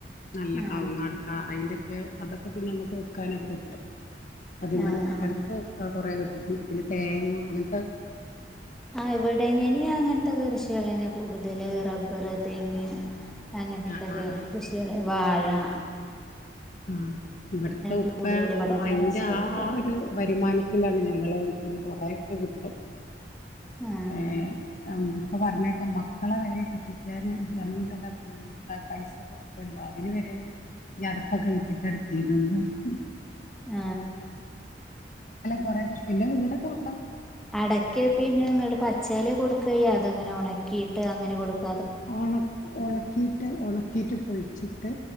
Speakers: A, on the left; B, in the centre.
A: നല്ല
B: ആഹ്
A: കവുങ്ങടക്ക അയിന്റെ ക്കെ അതൊക്കെ പിന്നെ നമുക്ക് വി ക്കാനൊക്കെ കിട്ടും അതിമ്ന്ന്
B: ആഹ് ആഹ്
A: അടക്ക കൊറെ കി പിന്നെ തേങ്ങ അങ്ങൻത്തെ
B: ആ ഇവിടെ ങ്ങനെയാ അങ്ങൻത്തെ കൃഷികള കൂട്തല് റബ്ബറ് തെങ്ങ് അങ്ങൻതക്കെ
A: ആ ആ ആ
B: കൃഷികള് വാഴ, അ
A: ആ ഇവിടുത്തെ ഉപ്പ
B: കൂടുതൽ ഇവിടൊക്കെ
A: അയ്ന്റെ
B: കൃഷിയായിട്ടുള്ളത്
A: ആ ഒരു വരുമാനത്തിലാണ് ഞാന് നിങ്ങളെ വീട്ട്ല് അതോക്കെ കിട്ടും
B: ആഹ്
A: ഏ അം ഇപ്പം പറഞ്ഞേക്കാം മക്കളെ വരെ കെട്ടിക്കാന് നമ്മള്ണ്ടല്ലോ പൈസ കൊടുക്കോല്ലോ അതിന് വരെ ഈ അടക്കൊക്കെ വിറ്റിട്ടാ ട്തീനെന്ന് പറ
B: ആ
A: കുറേക്കെ പിന്നെ വീട് ഒക്കെ വെ
B: അടക്കേ പിന്നെ ഞങ്ങള് പച്ചല് കൊടു കൈ അതങ്ങനെ ഒണക്കിയിട്ട് അങ്ങനെ കൊടുക്
A: ഒണ ഉണക്കിയിട്ട് ഉണക്കിയിട്ട് പൊളിച്ചി ട്ട്